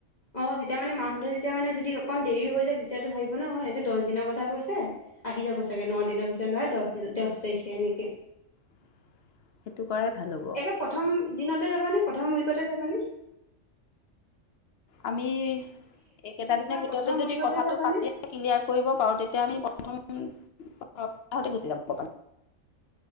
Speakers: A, on the left; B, on the left.
A: অ' তেতিয়া মানে মাহঁতে তেতিয়া মানে যদি অকণ দেৰিও হৈ যায়, তেতিয়াতো ভাবিব ন সিহঁতে দশদিনৰ কথা কৈছে। আহি যাব চাগে নদিনৰ ভিতৰত, নহয় দহ দশ তাৰিখে। এনেকে
B: <inaudible> কৰাই ভাল হ'ব
A: একে প্ৰথম দিনতে যাবানে? প্ৰথম উইকতে যাবা নে?
B: আমি। এইকেইটাদিনৰ ভিতৰতে
A: প্ৰথম
B: যদি
A: উইকতে
B: কথাটো
A: যাবানে
B: পাতি ক্লিয়াৰ কৰিব পাৰো। তেতিয়া আমি প্ৰথম। সপ্তাহতে গুচি যাব পাৰো